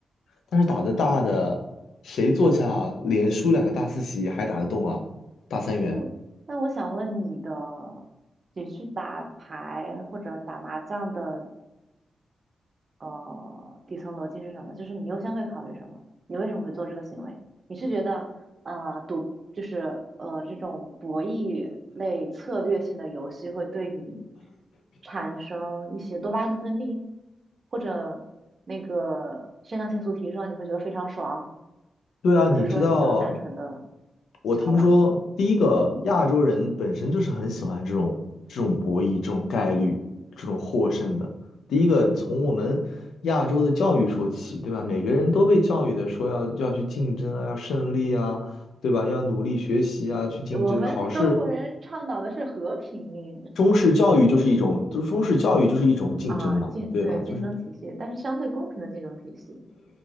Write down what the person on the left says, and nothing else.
但是打的大的，谁坐下连输两个大四喜还打得动啊？大三元。
对啊，
你知道，我听说第一个亚洲人本身就是很喜欢这种这种博弈、
这种概率、这种获胜的。第一个从我们亚洲的教育说起，对吧？每个人都被教育的说要要去竞争啊，要胜利啊，对吧？要努力学习啊，去竞争考试。
中式教育就是一种，就是中式教育就是一种竞争嘛，
对吧？
就是